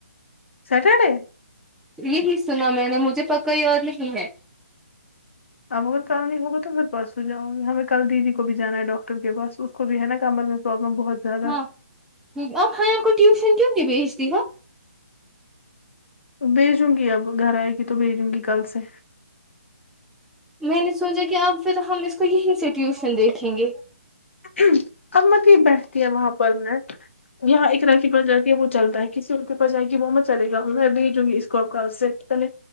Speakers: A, on the left; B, in the centre.
A: سٹرڈے
B: یہی سنا میں نے مجھے پکا یاد نہیں ہے
A: اب اگر کل نہیں ہوگا تو پھر پرسوں جاؤں گی ہمیں کل دیدی کو بھی جانا ہے ڈاکٹر کے پاس کو بھی ہے نہ کمر میں پروابلم بہت زیادہ
B: ہاں آپ بھائیوں کو ٹیوشن کیوں نہیں بھیجتی ہو
A: بھیجوں گی اب گھر آئے گی تو بھیجوں گی کل سے
B: میں نے سوچا کہ آپ پھر ہم اس کو یہیں سے ٹیوشن دیکھیں گے
A: ہوں اب مت ہی بیٹھتی ہے وہاں پر میں یہاں ایک راکی پر جا کے وہ چلتا ہے کسی کے پاس جائے گی وہمت چلے گا میں بھیجوں گی اس کو اب کل سے پہلے